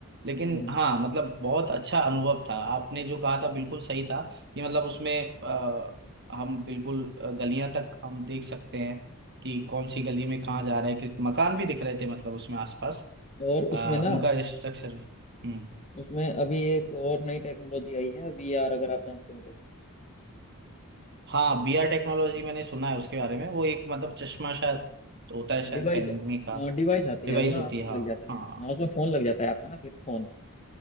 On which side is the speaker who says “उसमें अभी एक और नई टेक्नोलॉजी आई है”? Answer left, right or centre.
Left